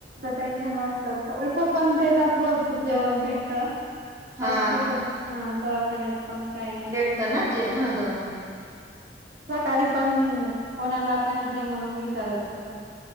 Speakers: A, on the right; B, on the right.
A: टेन्शन असतात हिते पण भरपूर जेवण भेटत
B: हा
A: हॉस्पिटल ह दवाखान्याच पण काय नाही
B: भेटतं ना जे हा दवाखान्यात पण.
A: तरी पण कोणाला पाहिजे म्हणून विचारत होतो.